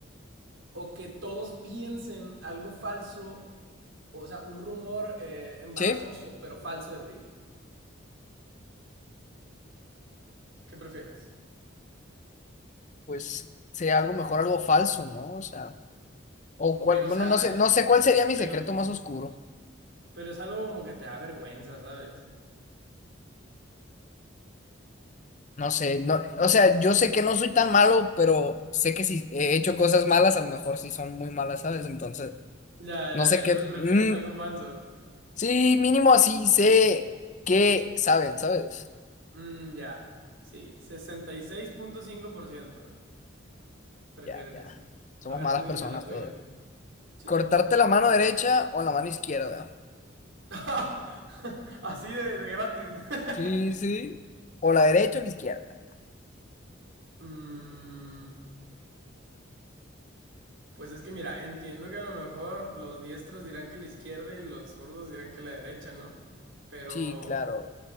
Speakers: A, on the right; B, on the left.
A: o que todos piensen algo falso, o sea, un rumor eh, embarazoso
B: Sí,
A: pero falso de ti. ¿Qué prefieres?
B: pues sería algo mejor, algo falso, ¿no? O sea. O cuál.
A: Pero,
B: Bueno,
A: o sea,
B: no sé, no sé cuál sería mi
A: pero,
B: secreto más oscuro.
A: pero es algo como que te da vergüenza, ¿sabes?
B: No sé, no, o sea, yo sé que no soy tan malo, pero sé que si he hecho cosas malas, a lo mejor sí son muy malas, ¿sabes? Entonces,
A: Ya,
B: no
A: ya,
B: sé
A: ya. Entonces
B: qué.
A: prefieres
B: mm,
A: algo falso.
B: sí, mínimo así sé que saben, ¿sabes?
A: Mm, ya. Sí, sesenta y seis punto cinco por ciento prefieren
B: Ya, ya.
A: eso.
B: Somos
A: A ver,
B: malas
A: tú dime
B: personas
A: la tuya.
B: todos.
A: Sí.
B: Cortarte la mano derecha o la mano izquierda.
A: <laughs> Así de, de gratis.
B: Sí,
A: <laughs>
B: sí. O la derecha o la izquierda.
A: Mm, pues es que mira, entiendo que a lo mejor los diestros dirán que la izquierda y los zurdos dirán que la derecha, ¿no? Pero
B: Sí, claro.